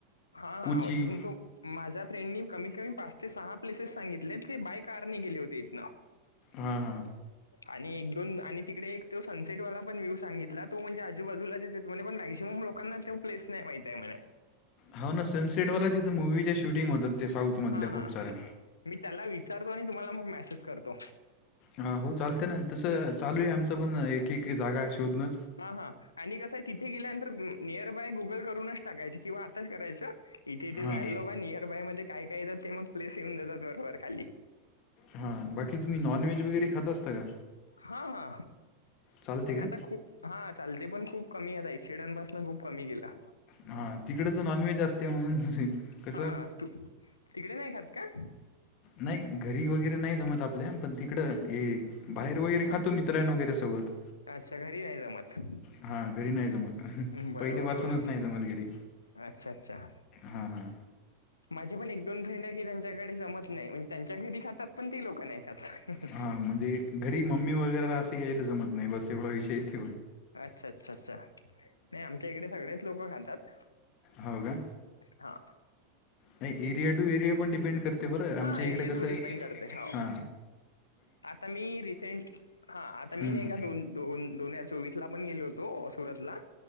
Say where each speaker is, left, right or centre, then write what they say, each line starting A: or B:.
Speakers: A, on the left; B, on the left.
A: हा
B: कुची
A: हा तो माझ्या फ्रेंडनी कमीत कमी पाच ते सहा प्लेसेस सांगितले ते बाय कारने गेले होते इथन
B: हा
A: आणि एक दोन आणि तिकडे एक तो सनसेटवाला पण व्हूव सांगितला तो म्हणजे आजूबाजूला चेत म्हणे पण मॅक्सिम लोकांना तो पलेस नाही माहिती आहे म्हणे.
B: हो ना सनसेटवाला तिथ मुव्हिच्या शूटिंग होतात ते साऊथ मधल्या
A: हा
B: खूप
A: हा
B: साऱ्या
A: मी त्याला विचारतो आणि तुम्हाला मग मेसेज करतो.
B: हा हो चालतय ना तसं चालू आहे आमचं पण एक एक जागा आहे शोधन.
A: हा हा आणि कसं आहे तिथे गेल्यानंतर नियर बाय गुगल करूनच टाकायचं किंवा आताच करायचं इथे इथे
B: हां
A: जायलो का नियर बाय मध्ये काय काय येतात ते मग प्लेस येऊन देतात बरोबर खाली.
B: हा बाकी तुम्ही नॉन व्हेज वगैरे खाता असता का.
A: हा हा,
B: चालते
A: पण
B: का
A: आता खूप हा चालते पण खूप कमी आता एक्सिडंट पासन खूप कमी गेला.
B: हा तिकडच नॉनव्हेज असते म्हणून कसं.
A: हा तू तिकडे नाही खात का.
B: नाही घरी वगैरे नाही समत आप. आपल्या पण तिकडं हे बाहेर वगैरे
A: हा
B: खातो मित्रांन वगैरे सोबत.
A: अच्छा घरी नाही जमत
B: हा घरी नाही जमत.
A: बरं
B: पहिली
A: बरोबर
B: पासूनच नाही जमतगिरी
A: अच्छा अच्छा
B: हा हा
A: माझे पण एक दोन फ्रेंड आहे की त्यांचे जमत नाही म्हणजे त्यांच्या घरी खातात पण ते लोक नाही खातात
B: हा म्हणजे घरी मम्मी वगैरे असं यायला जमत नाही बस एवढा विषयच
A: अच्छा अच्छा अच्छा नाही आमच्या इकडे सगळेच लोक खातात
B: हो का
A: हा
B: नाही एरिया टू एरिया पण डिपेंड करते बरं आमच्या
A: हा एरिया
B: इकडे कसं
A: टू डिपेंड
B: आहे
A: करते हो
B: हा
A: आता मी रिसेंट हा आता
B: हम्म,
A: मी नाही का दोन दोन दोन हजार चोवीस ला पण गेलो होतो सुरत ला